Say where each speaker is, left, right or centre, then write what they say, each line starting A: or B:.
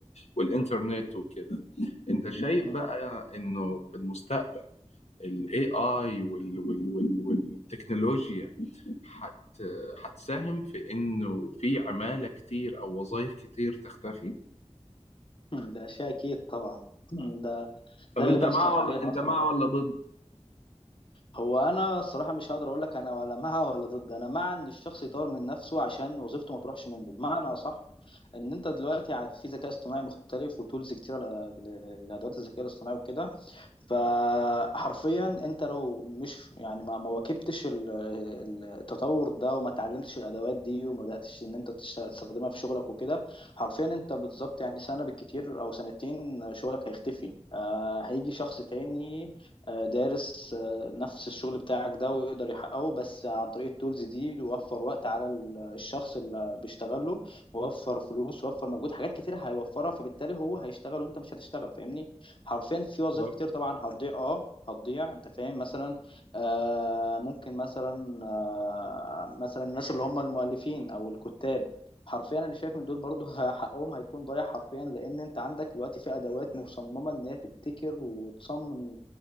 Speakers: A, on the left; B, on the left.
A: والانترنت وكده انت شايف
B: مم.
A: بقى انه في المستقبل الاي اي والتكنولوجيا حت هتساهم في انه في عمالة كتير او وظائف كتير تختفي
B: <laughs> ده شيء اكيد طبعا مم. ده
A: طب
B: ده
A: انت
B: اللي بيحصل
A: مع
B: حاليا
A: ولا انت
B: اصلا
A: مع
B: دلوقتي
A: ولا ضد
B: هو انا الصراحه مش هقدر اقول لك انا ولا مع ولا ضد انا مع ان الشخص يطور من نفسه عشان وظيفته ما تروحش منه بمعنى اصح ان انت دلوقتي عاد في ذكاء اصطناعي مختلف وتولز كتيره ل- ل- لادوات الذكاء الاصطناعي وكده فحرفيا انت لو مش يعني ما ما واكبتش ال- ال- التطور ده وما اتعلمتش الادوات دي وما بداتش ان انت تشت- تستخدمها في شغلك وكده حرفيا انت بالظبط يعني سنه بالكتير او سنتين شغلك هيختفي آه، هيجي شخص تاني آه، دارس آه، نفس الشغل بتاعك ده ويقدر يحققه بس عن طريق التولز دي بيوفر وقت على ال- الشخص اللي بيشتغله وفر فلوس وفر مجهود حاجات كتير هيوفرها فبالتالي هو هيشتغل وانت مش هتشتغل فاهمني حرفيا في وظائف
A: بالظبط
B: كتير طبعا هتضيع اه هتضيع انت فاهم مثلا آه ممكن مثلا آه مثلا الناس اللي هم المؤلفين او الكتاب حرفيا انا شايف ان دول برضو ه- حقهم هيكون ضايع حرفيا لان انت عندك دلوقتي في ادوات مصممه ان هي تبتكر وتصمم